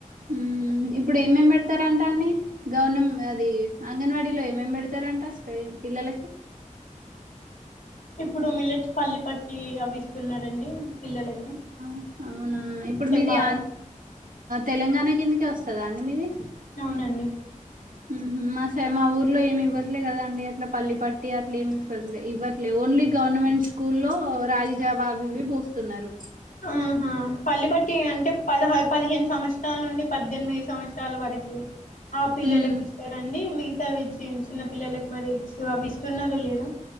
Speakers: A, on the right (about 80°); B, on the left (about 80°).
A: ఉమ్ ఇప్పుడేమేం పెడతరంట అండి గవర్నమ్ అది అంగన్వాడీలో ఏమేం పెడతరంట అస్లే పిల్లలకి
B: ఇప్పుడు మిల్లెట్స్ పల్లి పట్టి అవి ఇస్తున్నరండి పిల్లలక్
A: అహ్ అవునా ఇప్పుడు మీది
B: బాగా
A: ఆన్ తెలంగాణ కిందకే వస్తదా అండి మీది
B: అవునండి
A: ఉమ్ హు, మా సై మా ఊర్లో ఏమివ్వట్లే గదండి, అట్లా పల్లి పట్టి అట్లెమిఫ్ఫట్లే ఇవ్వట్లే ఓన్ ఓన్లీ గవర్నమెంట్ స్కూల్లో రాగి జవా అవి ఇవి పోస్తున్నరు
B: ఆహా పల్లి పట్టి అంటే పదహ పదిహేను సంవత్సరాల నుండి పద్దెనిమిది సంవత్సరాల వరకీ ఆ పిల్లలకి
A: ఉమ్
B: ఇస్తారండి మీ గవిచ్చి చిన్న పిల్లలకి మరి ఎగ్స్ అవిస్తున్నరో లేదో